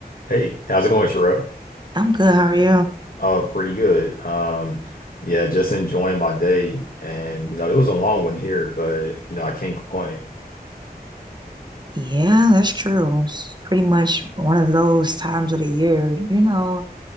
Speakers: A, on the left; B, on the right.
A: Hey, how's it going, Sherelle?
B: I'm good, how are you?
A: Oh, pretty good. Um, yeah, just enjoying my day. And, you know, it was a long one here, but, you know, I can't complain.
B: Yeah, that's true. It's pretty much one of those times of the year. You know,